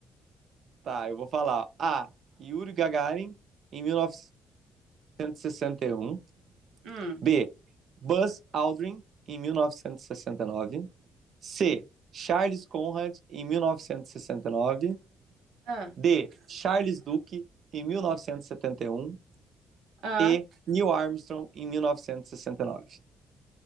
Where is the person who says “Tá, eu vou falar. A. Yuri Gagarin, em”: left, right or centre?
Right